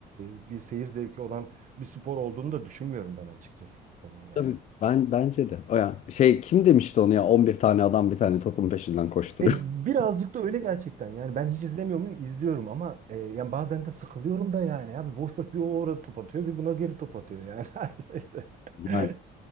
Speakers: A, on the right; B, on the left.
A: e, bir seyir zevki olan bir spor olduğunu da düşünmüyorum ben açıkçası futbolun
B: <laughs>
A: yani.
B: Tabii. Ben bence de. O ya şey kim demişti onu ya 11 tane adam bir tane topun peşinden koşturuyor.
A: E,
B: <laughs>
A: birazcık da öyle gerçekten yani ben hiç izlemiyor muyum? İzliyorum ama e, yani bazen de sıkılıyorum da yani abi boş boş bir o orada top atıyor bir buna geri top atıyor yani. <laughs> Her Neyse.
B: Yani
A: <laughs>